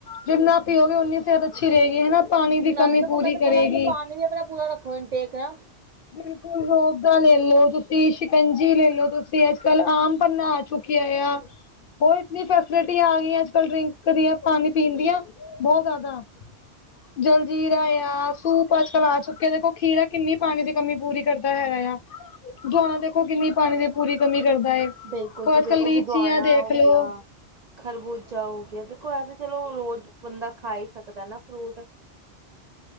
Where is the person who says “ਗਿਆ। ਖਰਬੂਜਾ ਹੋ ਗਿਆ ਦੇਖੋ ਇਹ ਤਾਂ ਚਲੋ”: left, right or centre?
Right